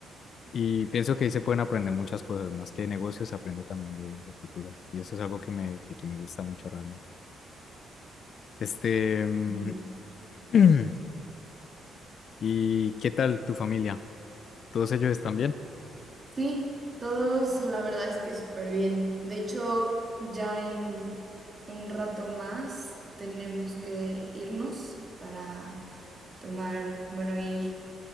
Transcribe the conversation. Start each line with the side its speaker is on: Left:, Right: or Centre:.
Left: Y pienso que ahí se pueden aprender muchas cosas, más que de negocios, se aprende también de, de culturas. Y eso es algo que me, que que me gusta mucho realmente. Este, mm,
Right: ujú.
Left: <clears throat> ¿y qué tal tu familia? ¿Todos ellos están bien?
Right: Sí, todos la verdad es que súper bien. De hecho, ya en un rato más tenemos que irnos para tomar, bueno, ir